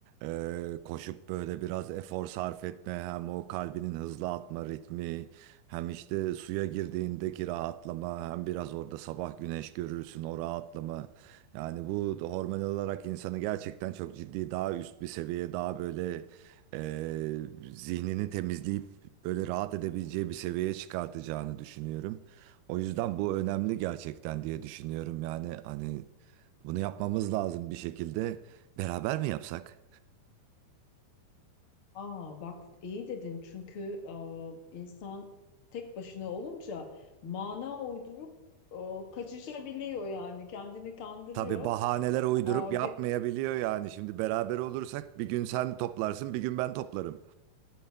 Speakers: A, on the right (about 90°); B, on the left (about 45°).
A: e, koşup böyle biraz efor sarf etme hem o kalbinin hızlı atma ritmi hem işte suya girdiğindeki rahatlama hem biraz orada sabah güneş görürsün o rahatlama yani bu da hormonal olarak insanı gerçekten çok ciddi daha üst bir seviyeye daha böyle e, zihnini temizleyip böyle rahat edebileceği bir seviyeye çıkartacağını düşünüyorum. O yüzden bu önemli gerçekten diye düşünüyorum yani hani bunu yapmamız lazım bir şekilde. Beraber mi yapsak?
B: Aa bak iyi dedin çünkü e, insan tek başına olunca mana uydurup e, kaçışabiliyor yani kendini kandırıyor.
A: Tabii bahaneler uydurup
B: Aa,
A: yapmayabiliyor
B: bir
A: yani. Şimdi beraber olursak bir gün sen toplarsın, bir gün ben toplarım.